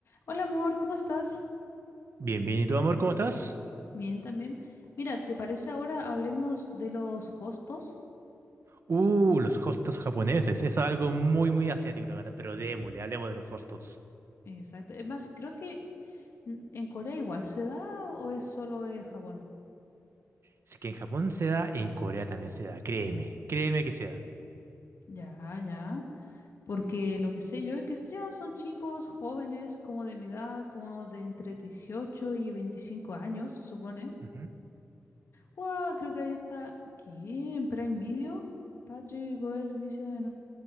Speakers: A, on the left; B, on the right.
A: Hola amor, ¿cómo estás?
B: Bien, bien, ¿y tú, amor, cómo estás?
A: Bien también. Mira, ¿te parece ahora hablemos de los hostos?
B: Uh, los hostos japoneses. Es algo muy, muy asiático, la verdad, pero démosle, hablemos de los hostos.
A: Exacto. Es más, creo que n- en Corea igual se da o es solo en Japón.
B: Si que en Japón se da, en Corea también se da. Créeme, créeme que se da.
A: Ya, ya. Porque lo que sé yo es que ya son chicos jóvenes, como de mi edad, como de entre 18 y 25 años, se supone.
B: Ujú.
A: ¡Wow! Creo que ahí está. ¿Qué? ¿En Prime Video? Patrick, Goes, Visa.